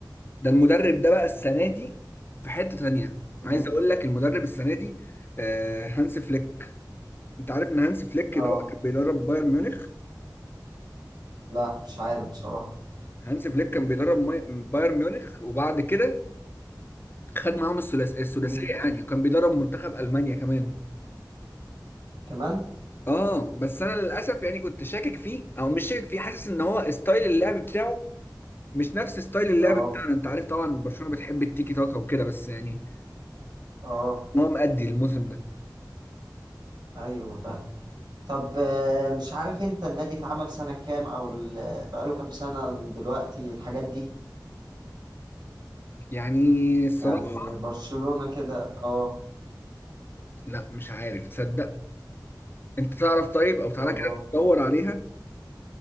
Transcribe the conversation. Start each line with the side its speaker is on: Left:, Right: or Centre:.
Left: ده المدرب ده بقى السنه دي في حته تانية
Right: مم.
Left: عايز اقول لك المدرب السنه دي آه، هانس فليك انت عارف ان هانس فليك
Right: اه
Left: ده كان بيدرب بايرن ميونخ
Right: لا مش عارف بصراحة
Left: هانس فليك كان بيدرب ماي- بايرن ميونخ وبعد كده خد معاهم الثلاث السداسيه
Right: مم.
Left: يعني وكان بيدرب منتخب المانيا كمان
Right: كمان
Left: اه بس انا للاسف يعني كنت شاكك فيه او مش شاكك فيه حاسس ان هو ستايل اللعب بتاعه مش نفس ستايل اللعب
Right: اه
Left: بتاعنا انت عارف طبعا برشلونه بتحب التيكي تاكا وكده بس يعني
Right: اه
Left: هو مأدي الموسم ده
Right: ايوه فاهم طب آه، مش عارف انت النادي اتعمل سنة كام او ال- بقاله كام سنة من دلوقتي الحاجات دي
Left: يعني الصراحه
Right: يعني برشلونة كده اه
Left: لا مش عارف تصدق انت تعرف طيب او تعالى
Right: خلاص
Left: كده تدور عليها